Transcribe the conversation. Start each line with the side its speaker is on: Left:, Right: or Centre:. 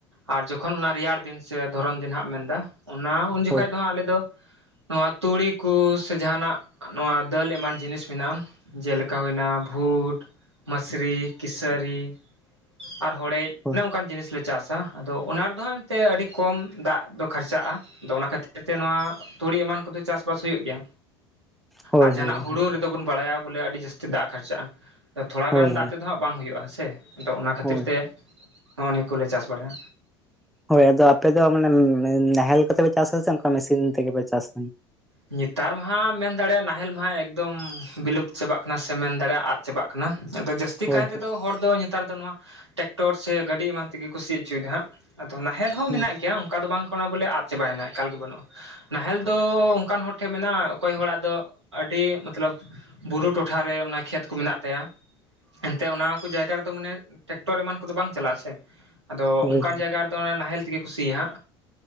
Right: ᱟᱨ ᱡᱚᱠᱷᱚᱱ ᱚᱱᱟ ᱨᱮᱭᱟᱲ ᱫᱤᱱ ᱥᱮ ᱫᱷᱚᱨᱚᱱ ᱫᱤᱱ ᱦᱟᱸᱜ ᱢᱮᱱᱫᱟ ᱚᱱᱟ ᱩᱱ ᱡᱚᱠᱷᱚᱱ
Centre: ᱦᱳᱭ
Right: ᱫᱚ ᱦᱟᱸᱜ ᱟᱞᱮᱫ ᱫᱚ ᱱᱚᱣᱟ ᱛᱩᱲᱤ ᱠᱚ ᱥᱮ ᱡᱟᱦᱱᱟᱜ ᱱᱚᱣᱟ ᱫᱟᱹᱞ ᱮᱢᱟᱱ ᱡᱤᱱᱤᱥ ᱢᱮᱱᱟᱜᱼᱟ ᱡᱮᱞᱮᱠᱟ ᱦᱩᱭᱱᱟ ᱵᱷᱩᱴ ᱢᱥᱨᱤ ᱠᱮᱥᱟᱹᱨᱤ ᱟᱨ ᱦᱚᱲᱮᱡ
Centre: ᱦᱳᱭ
Right: ᱚᱱᱮ ᱚᱱᱠᱟᱱ ᱡᱤᱱᱤᱥ ᱞᱮ ᱪᱟᱥᱟ ᱟᱫᱚ ᱚᱱᱟ ᱨᱮᱫᱚ ᱦᱟᱸᱜ ᱮᱱᱛᱮᱫ ᱟᱹᱰᱤ ᱠᱚᱢ ᱫᱟᱜ ᱫᱚ ᱠᱷᱟᱨᱪᱟᱜᱼᱟ ᱟᱫᱚ ᱚᱱᱟ ᱠᱷᱟᱹᱛᱤᱨ ᱛᱮ ᱱᱚᱣᱟ ᱛᱩᱲᱤ ᱮᱢᱟᱱ ᱠᱚ ᱫᱚ ᱪᱟᱥ ᱵᱟᱥ ᱦᱩᱭᱩᱜ ᱜᱮᱭᱟ
Centre: ᱦᱳᱭ
Right: ᱟᱨ ᱡᱟᱦᱟᱱᱟᱜ
Centre: ᱦᱳᱭ
Right: ᱦᱩᱲᱩ ᱨᱮᱫᱚ ᱵᱚᱱ ᱵᱟᱲᱟᱭᱟ ᱵᱚᱞᱮ ᱟᱹᱰᱤ ᱡᱟᱹᱥᱛᱤ ᱫᱟᱜ ᱠᱷᱚᱨᱪᱟᱜᱼᱟ ᱛᱷᱚᱲᱟ
Centre: ᱦᱳᱭ
Right: ᱜᱟᱱ ᱫᱟᱜ ᱛᱮᱫᱚ ᱦᱟᱸᱜ ᱵᱟᱝ ᱦᱩᱭᱩᱜᱼᱟ ᱥᱮ ᱟᱫᱚ ᱚᱱᱟ ᱠᱷᱟᱹᱛᱤᱨ
Centre: ᱦᱳᱭ
Right: ᱛᱮ ᱱᱚᱜᱼᱚ ᱱᱤᱭᱟᱹ ᱠᱚᱞᱮ ᱪᱟᱥ ᱵᱟᱲᱟᱭᱟ
Centre: ᱦᱳᱭ ᱟᱫᱚ ᱟᱯᱮ ᱫᱚ ᱢᱟᱱᱮ ᱱᱟᱦᱮᱞ ᱠᱚᱛᱮ ᱯᱮ ᱪᱟᱥᱟᱥ ᱥᱮ ᱚᱱᱠᱟ ᱢᱮᱥᱤᱱ ᱛᱮᱜᱮ ᱯᱮ ᱪᱟᱥᱟ
Right: ᱱᱮᱛᱟᱨ ᱢᱟᱦᱟ ᱢᱮᱱ ᱫᱟᱲᱮᱭᱟᱜᱼᱟ ᱱᱟᱦᱮᱞ ᱢᱟᱦᱟ ᱮᱠᱫᱚᱢ ᱵᱤᱞᱩᱯᱛ ᱪᱟᱵᱟᱜ ᱠᱟᱱᱟ ᱥᱮ ᱢᱮᱱ ᱫᱟᱲᱮᱭᱟᱜᱼᱟ ᱟᱫ ᱪᱟᱵᱟᱜ ᱠᱟᱱᱟ ᱟᱫᱚ ᱡᱟᱹᱥᱛᱤ
Centre: ᱦᱳᱭ
Right: ᱠᱟᱭ ᱛᱮᱫᱚ ᱦᱚᱲ ᱫᱚ ᱱᱮᱛᱟᱨ ᱫᱚ ᱱᱚᱣᱟ ᱴᱮᱠᱴᱚᱨ ᱥᱮ ᱜᱟᱹᱰᱤ ᱮᱢᱟᱱ ᱛᱮᱜᱮ ᱠᱩ ᱥᱤ ᱚᱪᱚᱭᱮᱫᱟ ᱦᱟᱸᱜ ᱟᱫᱚ ᱱᱟᱦᱮᱞ ᱦᱚᱸ
Centre: ᱦᱳᱭ
Right: ᱢᱮᱱᱟᱜ ᱜᱮᱭᱟ ᱚᱱᱠᱟ ᱫᱚ ᱵᱟᱝ ᱠᱟᱱᱟ ᱵᱚᱞᱮ ᱟᱫ ᱪᱟᱵᱟᱭᱮᱱᱟ ᱮᱠᱟᱞ ᱜᱮ ᱵᱟᱹᱱᱩᱜᱼᱟ ᱱᱟᱦᱮᱞ ᱫᱚ ᱚᱠᱟᱱ ᱦᱚᱲ ᱴᱷᱮᱱ ᱢᱮᱱᱟᱜᱼᱟ ᱚᱠᱚᱭ ᱦᱚᱲᱟᱜ ᱫᱚ ᱟᱹᱰᱤ ᱢᱚᱛᱞᱚᱵ ᱵᱩᱨᱩ ᱴᱚᱴᱷᱟᱨᱮ ᱚᱱᱟ ᱠᱷᱮᱛ ᱠᱚ ᱢᱮᱱᱟᱜ ᱛᱟᱭᱟ ᱮᱱᱛᱮᱮᱫ ᱚᱱᱟ ᱠᱚ ᱡᱟᱭᱜᱟ ᱨᱮᱫᱚ ᱢᱟᱱᱮ ᱴᱮᱠᱴᱚᱨ ᱮᱢᱟᱱ ᱠᱚ ᱫᱚ ᱵᱟᱝ ᱪᱟᱞᱟᱜᱼᱟ ᱥᱮ ᱟᱫᱚ
Centre: ᱦᱳᱭ
Right: ᱚᱱᱠᱟᱱ ᱡᱟᱭᱜᱟ ᱨᱮ ᱫᱚ ᱱᱟᱦᱮᱞ ᱛᱮᱜᱮ ᱠᱚ ᱥᱤᱭᱟᱜᱼᱟ